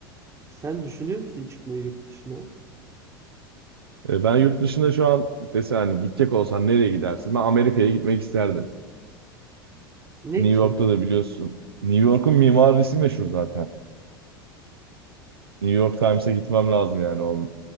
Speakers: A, on the right; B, on the right.
A: Sen düşünüyor musun çıkmayı yurt dışına?
B: E, ben yurt dışında şu an desen hani gidecek olsan nereye gidersin? Ben Amerika'ya gitmek isterdim.
A: Ne
B: New
A: için?
B: York'ta da biliyorsun. New York'un mimarisi meşhur zaten. New York Times'e gitmem lazım yani o